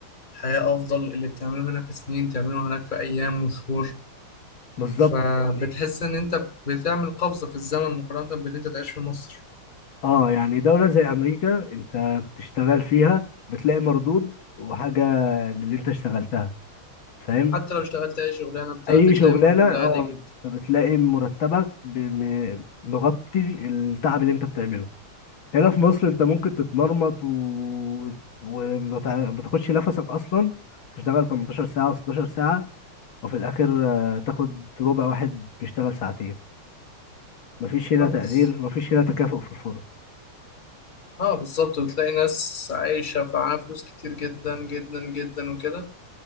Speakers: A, on the left; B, on the left.
A: حياة افضل اللي بتعمله هنا في سنين تعمله هناك في ايام وشهور
B: بالظبط
A: فبتحس
B: يعني
A: ان انت بتعمل قفزة في الزمن مقارنة بان انت تعيش في مصر
B: اه يعني دولة زي امريكا انت بتشتغل فيها بتلاقي مردود وحاجة للي انت اشتغلتها فاهم
A: حتى لو اشتغلت اي شغلانة بت-
B: اي
A: بتلاقي
B: شغلانة
A: مردود
B: اه
A: عالي جدا
B: بتلاقي مرتبك بم- مغطي التعب اللي انت بتعمله هنا في مصر انت ممكن تتمرمط و... وما تع- ما تاخدش نفسك اصلا تشتغل 18 ساعة و16 ساعة وفي الاخر آه، تاخد ربع واحد بيشتغل ساعتين مفيش هنا
A: اه
B: تقدير
A: بس
B: مفيش هنا تكافؤ في الفرص
A: اه بالظبط وبتلاقي ناس عايشة معاها فلوس كتير جدا جدا جدا وكده